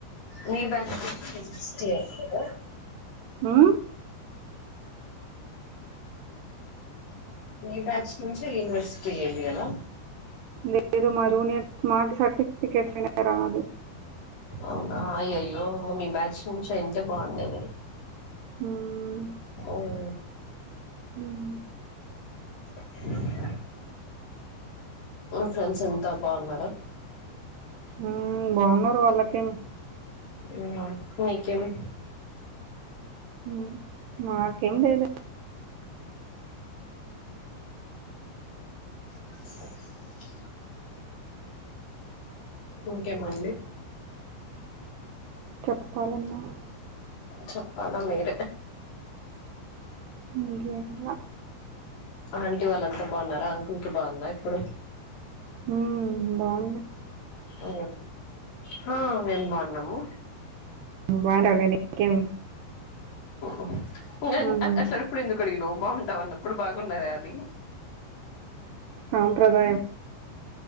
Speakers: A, on the left; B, on the right.
A: మీ బ్యాచ్ నుంచే యూనివర్సిటీ అయింది గదా
B: ఆ
A: మీ బ్యాచ్ నుంచే యూనివర్సిటీ అయింది గదా
B: లేదు మా జూనియర్స్ మాక్ సర్టిఫికెట్ పైన రాదు
A: అవునా అయ్యయ్యో మీ బ్యాచ్ నుంచి అయింటే బాగుండేది
B: మ్మ్.
A: ఉమ్
B: ఉమ్
A: ఇ <inaudible> మీ ఫ్రెండ్స్ అంత బావున్నారా
B: హ్మ్. బావున్నారు వాళ్ళకేం.
A: ఉమ్ నీకేమి
B: ఉమ్ మాకేం లేదన్
A: స <inaudible> ఇంకేమండి
B: చెప్పాలమ్మా
A: చెప్పాల మీర్
B: ఇంకేం లా
A: ఆంటీ వాళ్ళంత బావున్నారా అంకుల్ కి బావుందా ఇప్పుడు
B: ఉమ్ బాగుంది
A: ఓ హ మేం బావున్నము
B: బావుంటావులే నీకేమి
A: ఉమ్ పు అన్
B: హ్మ్.
A: అన్ అట్లటప్పుడు ఎందుకడిగినవ్ బాగుంటావన్నప్పుడు బాగున్నవా అని
B: సాంప్రదాయం